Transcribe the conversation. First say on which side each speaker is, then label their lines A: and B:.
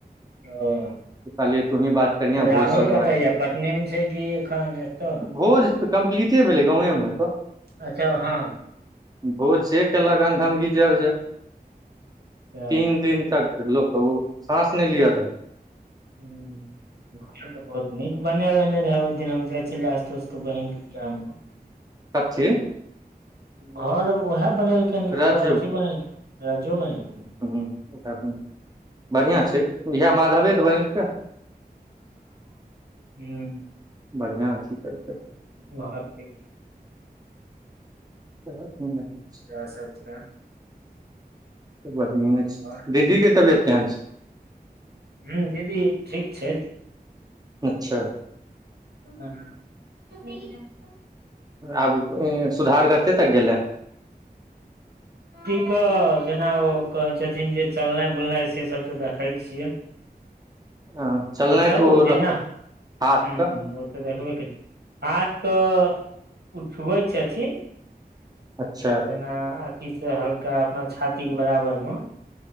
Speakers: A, on the right (about 80°); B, on the right (about 25°).
A: ओ
B: कहलियै तू ही बात करीह
A: राहुल
B: भोज सबके
A: कतऽ
B: बारे
A: यऽ पटने मे छै किी एखन एतय
B: मे। भोज तऽ कम्प्लीटे भेलै गांवे मऽ हेतौ
A: अच्छा हँ
B: भोज से केलक अन धम गीजजर जे
A: सैह
B: तीन दिन तक लोकके ओ साँस नहि लिअ देलके
A: हू घर तऽ बहुत नीक बना लेने रहे ओहि दिन हम जाइ छलियै आस्तोस के बहिनक के विहा मऽ
B: कथि
A: घर उएह बनेलखिन जे ओकर
B: रज्जु
A: अथी बनेलखिन राज्यो बनेलखिन
B: ह बढ़िआँ छै इएह माधवे तऽ बनेलके हन
A: ह
B: बढ़िआँ अथी केलकै
A: बात ठ
B: <unintelligible>
A: <unintelligible>
B: त बढ़िये
A: और
B: दीदी की तबियत केहैन छै
A: हूँ दीदी ठीक छै
B: अच्छा
A: हू <unintelligible>
B: आब सुधार कते तक गेले
A: ी के जेना ओ कहै छथिन जे चलनाइ बुलनाइ से सब तऽ देखै छियै
B: ह चलनाइ
A: मतलब
B: तऽ ओ
A: जेना
B: रहबै हाथ
A: ह
B: कऽ
A: ओ तऽ देखबै क हाथ तऽ उठबै छथिन
B: अच्छा
A: अपना अथी सऽ हल्का अपना छाती के बराबर मे